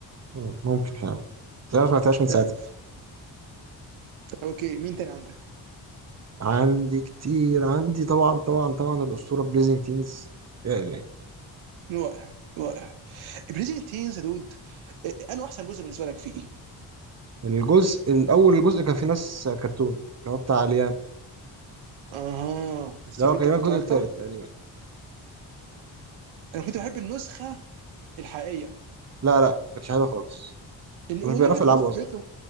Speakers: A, on the right; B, on the right.
A: مم. ممكن مش عارف بس أنا ما سمعتهاش من
B: مش
A: ساعتها
B: عارف اوكي مين تاني عندك؟
A: عندي كتير عندي طبعا طبعا طبعا الأسطورة بليزنج تينز يا إلهي
B: رائع رائع بريزنت تينز يا دود إيه، انا احسن جزء بالنسبه لك فيه
A: الجزء الأول الجزء كان فيه ناس كرتون اللي هو بتاع ليام
B: اها بتحب
A: اللي هو
B: انت
A: كان
B: الكرتون
A: الجزء
B: اكتر؟
A: التالت تقريبا
B: انا كنت بحب النسخه الحقيقيه
A: لا لا كانش حلو خالص
B: اللي
A: ما
B: والله
A: كانوش بيعرفوا
B: بجد
A: يلعبوا
B: والله في
A: أصلا
B: فريق